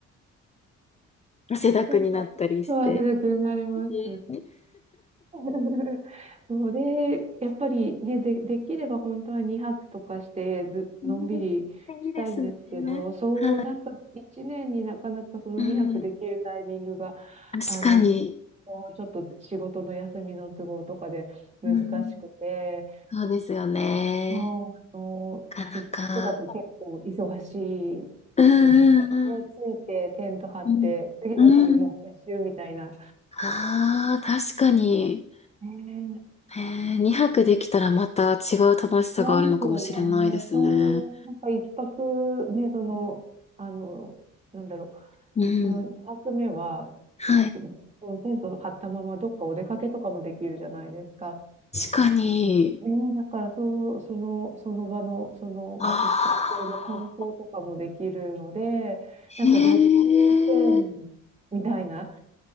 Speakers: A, on the left; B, on the right.
A: <laughs> 汗だくになったりして。
B: なんか、そう汗だくになります。
A: え
B: <laughs> そうで、やっぱりね、で、できれば本当は2泊とかしてず、のんびりしたいんですけど、
A: ー、いいですね。
B: そう、
A: はい。
B: なんか1年になかなかその2泊できるタイミングが、
A: うん。確かに。
B: あの、ちょっと仕事の休みの都合とかで難しくて、
A: うん。そうですよね。
B: もう、あの、
A: なかなか。
B: 一泊だと結構忙しいですね。
A: うんうん
B: ね、着いてテント張って、
A: うん。
B: 次の日もう撤収みたいな。
A: うん。うん。ああ、確かに。
B: ね
A: ねえー、2泊できたらまた違う楽しさがあるのかもしれないですね。
B: え、違いますよね。そう、なんか一泊ね、その、
A: うん。
B: あの、なんだろ
A: うん
B: う、この泊目は、
A: はい。
B: そのテント張ったままどっかお出かけとかもできるじゃないですか。
A: 確かに。
B: ねえ、だからそう、その、その場の、その、
A: ああ。
B: 行ったところの観光とかもできるので、
A: へえ。
B: なんか旅行券みたいな、